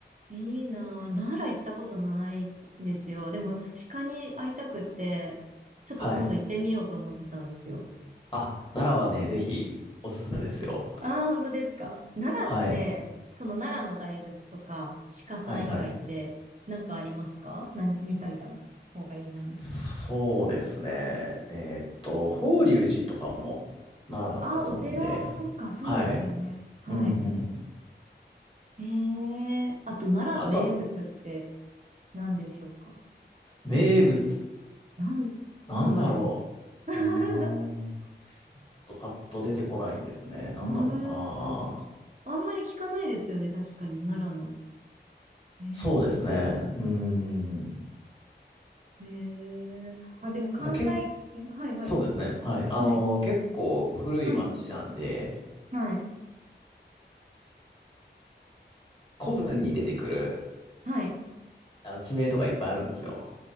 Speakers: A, on the right; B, on the left.
A: いいなぁ。奈良行ったことないんですよ。でも、鹿に会いたくって、ちょっと今度行ってみようと思ってたんですよ。
B: はい。あ、奈良はね、ぜひ、おすすめですよ。
A: ああ、本当ですか。奈良って、
B: はい。
A: その奈良の大仏とか、鹿さん以外って、
B: はい、はい。
A: なんかありますか何、みたいな方がいいもの。
B: そうですね。えーっと、法隆寺とかも奈良だったと思うんで。
A: ああ、お寺。そっか、そうですよね。
B: はい。
A: はい。
B: うんうん。
A: ええあと、奈良の名物って
B: あとは、
A: 何でしょうか
B: 名物。
A: なん、
B: なんだろう。
A: なんだろう。<laughs>
B: うーん。ちょっとパッと出てこないですね。なんだろうな。
A: うーん。あんまり聞かないですよね、確かに、奈良の。えー、
B: そうですね。
A: ウエッツ。
B: うーん。
A: えー、あ、でも関西、
B: まただけ、
A: えはいはい、
B: そうですね。はい。あの、
A: はい、
B: 結構古い町なんで、
A: はい、はい、
B: 古文に出てくる、
A: はい。
B: あの、地名とかいっぱいあるんですよ。